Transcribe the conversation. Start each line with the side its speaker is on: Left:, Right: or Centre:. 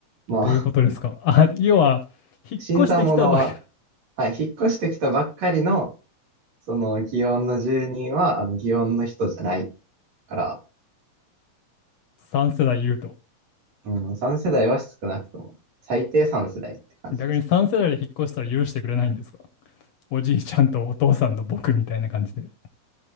Right: まあ、
Left: どういうことですかあ、要は、
Right: <laughs>
Left: 引っ越してきたばか、
Right: 新参者は、はい、引っ越してきたばっかりの、その、祇園の住人は、あの、祇園の人じゃないから、
Left: 3世代いると。
Right: うん、3世代は少なくとも、最低3世代って感じです。
Left: 逆に3世代で引っ越したら許してくれないんですかおじいちゃんとお父さんの僕みたいな感じで。